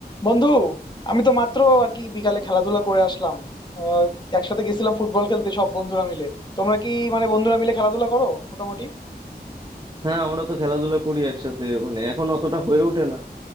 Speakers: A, on the left; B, on the right.
A: বন্ধু আমি তো মাত্র আর কি বিকালে খেলাধুলা করে আসলাম আহ, একসাথে গেছিলাম ফুটবল খেলতে সব বন্ধুরা মিলে তোমরা কি মানে বন্ধুরা মিলে খেলাধুলা করো মোটামুটি
B: হ্যাঁ আমরা তো খেলাধুলা করি একসাথে মানে এখন অতটা হয়ে ওঠে না